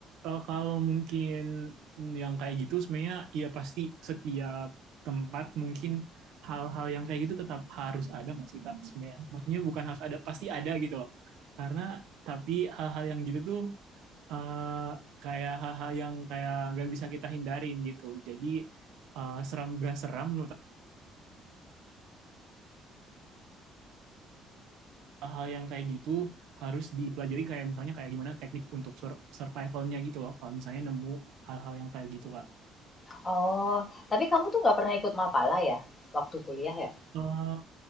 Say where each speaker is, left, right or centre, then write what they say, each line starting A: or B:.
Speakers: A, on the right (about 85°); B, on the left (about 20°).
A: eh, kalau mungkin yang kayak gitu sebenarnya ya pasti setiap tempat mungkin hal-hal yang kayak gitu tetap harus ada nggak sih kak sebenarnya? Maksudnya bukan harus ada pasti ada gitu loh. Karena tapi hal-hal yang gitu tuh eh, kayak hal-hal yang kayak nggak bisa kita hindarin gitu. Jadi eh, seram gak seram menurut aku, hal yang kayak gitu harus dipelajari kayak misalnya kayak gimana teknik untuk sur- survivalnya gitu loh. Kalau misalnya nemu hal-hal yang kayak gitu Kak.
B: Oh, tapi kamu tuh nggak pernah ikut Mapala ya? Waktu kuliah ya?
A: Eh,